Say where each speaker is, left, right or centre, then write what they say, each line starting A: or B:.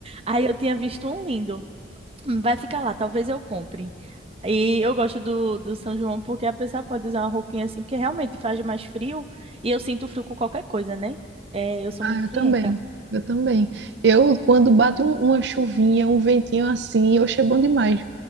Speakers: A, on the right; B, on the right.
A: Aí eu tinha visto um lindo. Hum, Vai ficar lá, talvez eu compre. E eu gosto do, do São João porque a pessoa pode usar uma roupinha assim, porque realmente faz mais frio e eu sinto frio com qualquer coisa, né? É, eu sou
B: Ah,
A: muito
B: eu
A: frienta.
B: também. Eu também. Eu, quando bate um- uma chuvinha, um ventinho assim, oxe, é bom demais.